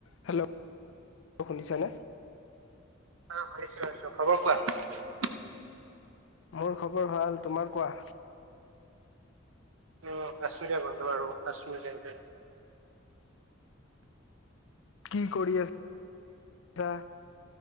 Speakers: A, on the left; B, on the right.
A: Hello, শুনিছা নে?
B: আহ শুনিছো শুনিছো, খবৰ কোৱা?
A: মোৰ খবৰ ভাল। তোমাৰ কোৱা?
B: অ, কাশ্মীৰে বন্ধ আৰু কাশ্মীৰ যেন তেন
A: কি কৰি আছা?